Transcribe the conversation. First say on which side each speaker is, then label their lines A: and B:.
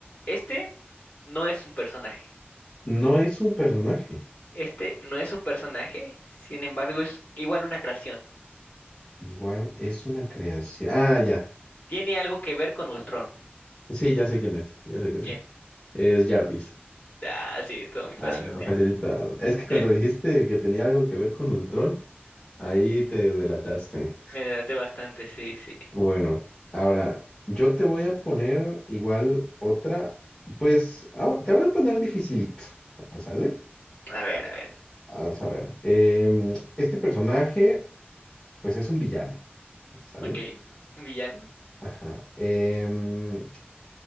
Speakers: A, on the left; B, on the left.
A: este no es un personaje.
B: No es un personaje,
A: Este no es un personaje, sin embargo es igual una creación.
B: igual es una creación. Ah, ya.
A: Tiene algo que ver con Ultron.
B: Sí, ya sé quién es, ya sé quién
A: ¿Quién?
B: es. Es Jarvis.
A: Ah, sí, todo muy
B: Ah,
A: fácil.
B: no, facilita. Es que cuando
A: <laughs>
B: dijiste que tenía algo que ver con Ultron, ahí te delataste.
A: Me delaté bastante, sí, sí.
B: Bueno, ahora yo te voy a poner igual otra, pues ah, te voy a poner dificilito, ¿sale?
A: A ver, a ver.
B: A saber, em, este personaje pues es un villano, ¿sale?
A: Ok, un villano.
B: Ajá. Em,